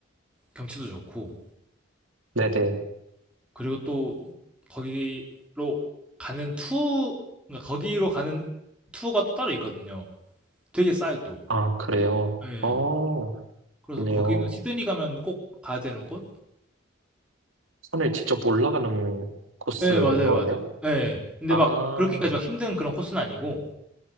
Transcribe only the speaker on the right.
네네.
아, 그래요?
어,
좋네요.
산을 직접 올라가는 코스인
거예요?
아,